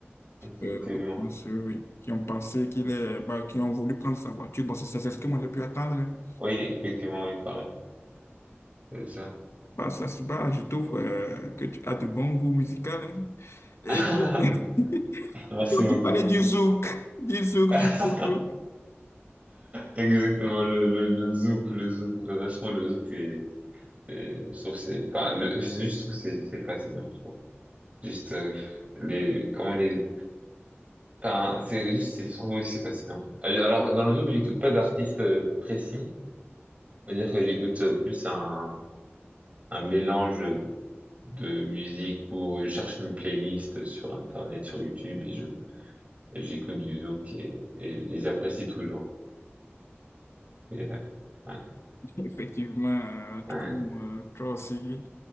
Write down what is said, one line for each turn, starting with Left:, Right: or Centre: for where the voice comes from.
Right: effectivement.
Left: euh, pense, oui, oui, qui ont pensé qu'il est, bah, qui ont voulu prendre sa voiture. Bon, c'est c'est- c'est ce que moi j'ai pu attendre. hein.
Right: Oui, effectivement, oui, pareil. C'est ça.
Left: Bah, ça, c'est bah, je trouve euh, que tu as de bons goûts musicaux. hein. Et
Right: <laughs>
Left: <laughs> tu,
Right: Merci beaucoup.
Left: tu parlais du zouk, du zouk,
Right: <laughs>
Left: du zouk.
Right: Exactement, le, le, le zouk, le zouk. Euh, Je trouve le zouk, c'est, c'est, je trouve c'est, enfin, le, je juste trouve que c'est c'est fascinant, je trouve. Juste, euh, les, comment les, Enfin, c'est juste, c'est- je trouve aussi c'est fascinant. Euh, Alors, dans le zouk, j'écoute pas d'artiste euh, précis. c'est à dire que j'écoute euh, plus un, un mélange de musique où je cherche une playlist sur Internet, sur YouTube et je, et j'écoute du zouk et, et, et j'apprécie toujours. Et, euh, ouais,
Left: Effectivement, euh, tout
Right: ouais.
Left: comme euh, toi aussi,